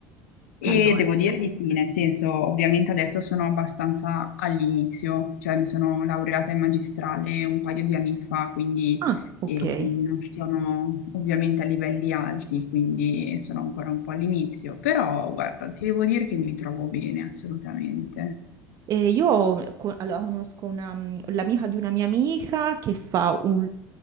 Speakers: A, on the left (about 80°); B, on the right (about 50°).
A: E
B: allora.
A: devo dire di sì, nel senso, ovviamente adesso sono abbastanza all'inizio, cioè mi sono laureata in magistrale un paio di anni fa, quindi
B: Ah, ok.
A: eh, non sono ovviamente a livelli alti, quindi sono ancora un po' all'inizio, però guarda, ti devo dire che mi trovo bene, assolutamente.
B: E io co- allora, conosco una, mm, l'amica di una mia amica che fa un,